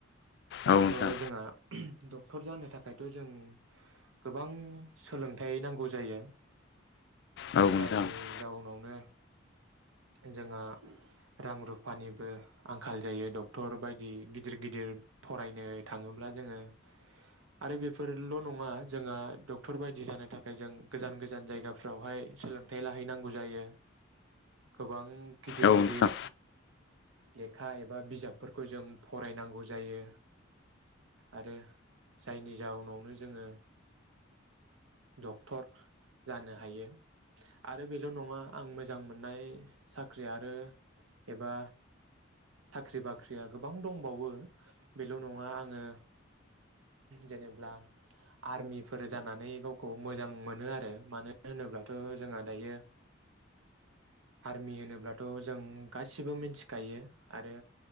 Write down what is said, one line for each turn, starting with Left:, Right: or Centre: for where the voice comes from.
Right: दाथ'
Left: औ नोंथां
Right: जोंआ द' टर जानो थाखायथ' जों गोबां सोलोंथाइ नांगौ जायो।
Left: औ नोंथां
Right: जायनि जाउनावनो जोंआ रां रुफानिबो आंखाल जायो डक्टर बायदि गिदिर गिदिर फरायनो थाङोब्ला जोङो आरो बेफोरल' नङा जोंआ डक्टर बायदि जानो थाखाय जों गोजान गोजान जायगा फ्रावहाय सोलोंथाइ लाहैनांगौ जायो गोबां गिदिर
Left: औ
Right: गिदिर
Left: नोंथां
Right: लेखा एबा बिजाबफोरखौ जों फरायनांगौ जायो आरो जायनि जाउनावनो जोङो डक्टर जानो हायो आरो बेल' नङा आं मोजां मोननाय साख्रि आरो एबा साख्रि बाख्रिया गोबां दंबावो बेल' नङा आङो जेनेब्ला आर्मिफोर जानानै गावखौ मोजां मोनो आरो मानो होनोब्लाथ' जोंहा दायो आर्मि होनोब्लाथ' जों गासिबो मिनथिखायो आरो